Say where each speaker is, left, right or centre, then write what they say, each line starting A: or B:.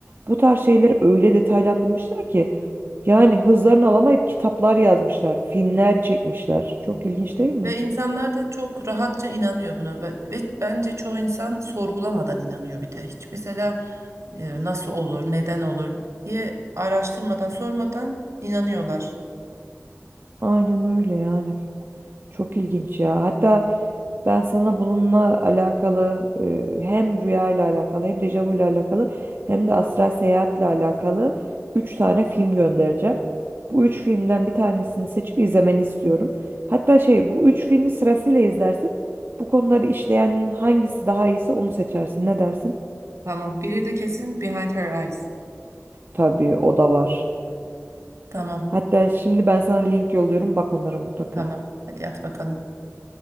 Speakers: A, on the right; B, on the right.
A: Bu tarz şeyleri öyle detaylandırmışlar ki yani hızlarını alamayıp kitaplar yazmışlar, filmler çekmişler. Çok ilginç değil mi?
B: Ve insanlar da çok rahatça inanıyor buna ve ve bence çoğu insan sorgulamadan inanıyor bir de. Hiç mesela e, nasıl olur, neden olur diye araştırmadan, sormadan inanıyorlar.
A: Aynen öyle yani. Çok ilginç ya. Hatta Ben sana bununla alakalı e, hem rüya ile alakalı hem dejavu ile alakalı hem de astral seyahatle alakalı 3 tane film göndereceğim. Bu 3 filmden bir tanesini seçip izlemeni istiyorum. Hatta şey bu 3 filmi sırasıyla izlersin. Bu konuları işleyen hangisi daha iyiyse onu seçersin. Ne dersin?
B: Tamam. Biri de kesin behind her eyes.
A: Tabii o da var.
B: Tamam.
A: Hatta şimdi ben sana link yolluyorum. Bak onlara mutlaka.
B: Tamam. Hadi at bakalım.